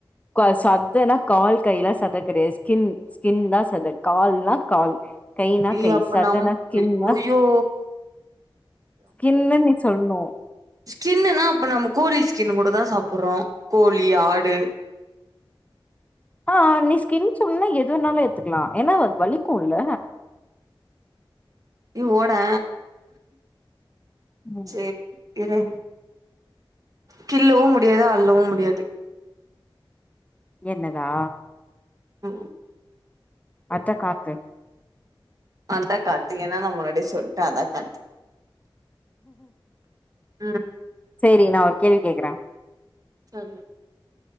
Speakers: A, on the left; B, on the right.
A: கா சதன்னா கால் கைலா சத கெடையாது ஸ்கின் ஸ்கின் தா சத கால்னா கால் கைனா
B: ஏ
A: கை
B: அப்ப
A: சதனா
B: நம்
A: கின்னா
B: ஐயயோ
A: கின்னுன் நீ சொல்னோ
B: ஸ்கின்னுன்னா அப்ப நம்ம கோழி ஸ்கின்னுக் கூட தா சாப்புறோ கோழி ஆடு
A: அ நீ ஸ்கின் சொன்னா எதுவென்னாலு எத்துக்லா ஏன்னா அது வலிக்கோல்ல
B: இ ஓடே
A: ம்
B: சேர் இரு கிள்ளவு முடியாது அல்லவு முடியாது
A: என்னதா
B: ம்
A: அஜ்ஜ காத்து
B: அதா காத்து ஏன்னா நா முன்னாடியே சொல்ட்ட அதா காத்து ம்
A: சேரி நா ஒரு கேள்வி கேக்குற
B: கேல்லு